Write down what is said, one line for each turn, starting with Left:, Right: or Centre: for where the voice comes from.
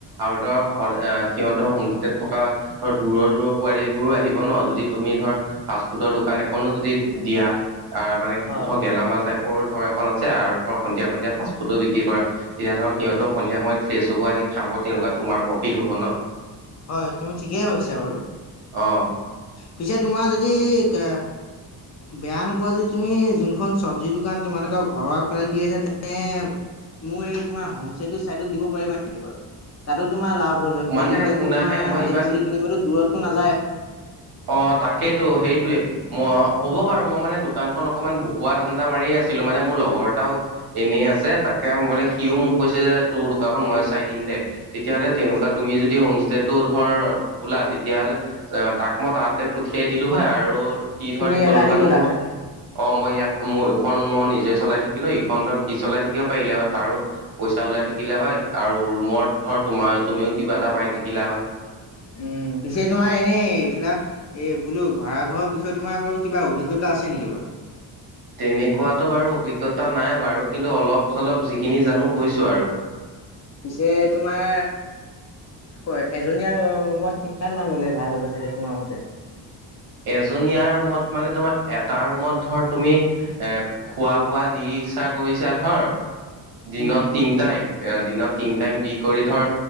Right: আৰু ধৰ
Left: অ
Right: সদ সিহঁতৰ হোমষ্টে থকা ধৰ দূৰৰ দূৰৰ পোৱালিবোৰো আহিব ন, যদি তুমি ধৰ ফাষ্টফুডৰ দোকান এখনো যদি দিয়া। আহ' মানে
Left: হয়।
Right: গেলামাল টাইপৰো ধৰ এখন আছে, আৰু ধৰ সন্ধিয়া ফাষ্ট ফুডো বিক্ৰী কৰা। তেতিয়া ধৰ সিহঁতো সন্ধিয়া সময়ত ফ্ৰেছ হ'ব আহি খাব, তেনেকুৱাত তোমাৰ প্ৰফিট হ'ব ন।
Left: হয়, তুমি ঠিকেই ভাবিছা বাৰু।
Right: অঁ।
Left: পিছে তোমাৰ যদি কে বেয়া নোপোৱা যদি তুমি যোনখন চব্জিৰ দোকান তোমালোকৰ ঘৰৰফালে দি আছা তেনে মোৰ এই তোমাৰ হোম ষ্টেটো চাইদত দিব পাৰিবা নেকি বাৰু? তাতো তোমাৰ লাভ হ'ল হয়,
Right: মানে
Left: পোৱালী বিলাকে
Right: শুনাহে
Left: তোমাৰ
Right: মই
Left: ভাজি
Right: ইমান
Left: পাচলি কিনিবলৈ দূৰততো নাযায়।
Right: অ' তাকেইতো সেইটোৱে। মই হ'ব বাৰু মই মানে দোকানখন অকমান বহুৱা ধান্দা মাৰি আছিলো, মানে মোৰ লগৰ এটাও এনেই আছে তাকে বোলে সিও মোক কৈছে, যে তোৰ দোকানখন মই চাই দিম দে। তেতিয়াহ'লে তেনেকুৱা তুমি যদি হোমষ্টে টো ধৰ খোলা তেতিয়াহ'লে তাক মই তাতে পঠিয়াই দিলো হয়, আৰু সি
Left: তুমি
Right: ধৰ সেইখন
Left: ইয়ালে
Right: দোকান
Left: আহি গ'লা
Right: মোৰ
Left: হয়,
Right: অ' মই ইয়াত মোৰ এইখন মই নিজে চলাই থাকিলো, ইখন ধৰ সি চলাই থাকিব পাৰিলে হয়। তাৰো পইচা ওলাই থাকিলে হয়, আৰু ৰুমত ধৰ তোমাৰ তুমিও কিবা এটা পাই থাকিলা হয়।
Left: উম, পিছে তোমাৰ এনেই এইফিলা এই বোলো ভাড়াঘৰৰ বিষয়ে তোমাৰ কিবা অভিজ্ঞতা আছে নেকি বাৰু?
Right: তেনেকুৱাতো বাৰু অভিজ্ঞতা নাই বাৰু, কিন্তু অলপ-চলপ যিখিনি জানো কৈছোঁ আৰু।
Left: পিছে তোমাৰ হয়, এজনীয়া ৰু-ৰুমত কিমান মান ল'লে ভাল হ'ব, চাগে তোমাৰ মতে।
Right: এজনীয়া ৰুমত মানে তোমাৰ, এটা ৰুমত ধৰ তুমি এ খোৱা-বোৱা দিছা কৰিছা ধৰ, দিনত
Left: উম,
Right: তিন টাইম এ দিনত তিনি টাইম দি কৰি ধৰ,